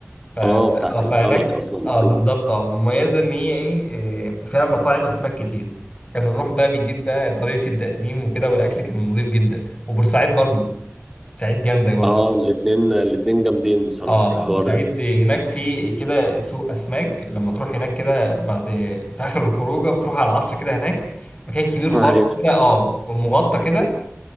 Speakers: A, on the left; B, in the centre.
A: ف
B: اه بتاعت
A: اه
B: السمك
A: فهناك
B: اصلا معروف
A: اه بالظبط اه مميزه ان هي ايه إيه، فيها مطاعم اسماك كتير كنا نروح بقى بيجيب بقى طريقه التقديم وكده والاكل كان نظيف جدا وبورسعيد برضو بورسعيد جامده برضو
B: اه الاتنين الاتنين جامدين بصراحة
A: اه
B: في الحوار
A: بورسعيد
B: ده
A: هناك في كده سوق اسماك لما تروح هناك كده بعد في اخر الخروجه بتروح على العصر كده هناك مكان كبير خالص
B: <laughs> ايوه
A: كده اه ومغطى كده